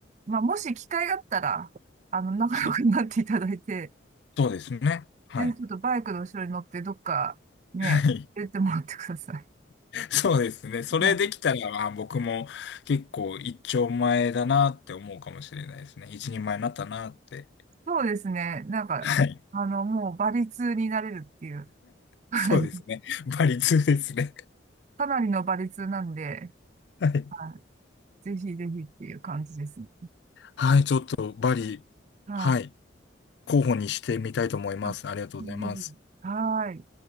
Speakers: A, on the right; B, on the left.
A: まあ、もし機会があったら、あの、仲良くなっていただいて、
B: はい。そうですね。はい。
A: ぜひちょっとバイクの後ろに乗って、どっか、ね、
B: はい
A: 出てもらってください。
B: <laughs> そうですね。それできたら、
A: はい。
B: まあ、僕も結構一丁前だなって思うかもしれないですね。一人前になったなって。
A: そうですね。なんか、
B: はい。
A: あの、もう、馬率になれるっていう。はい。
B: そうですね。バリ2ですね。
A: かなりの馬率なんで、
B: はい。
A: はい。ぜひぜひっていう感じですね。
B: はい、ちょっとバリ、
A: はい。
B: はい、候補にしてみたいと思います。
A: あ、ぜひぜひはい。
B: ありがとうございます。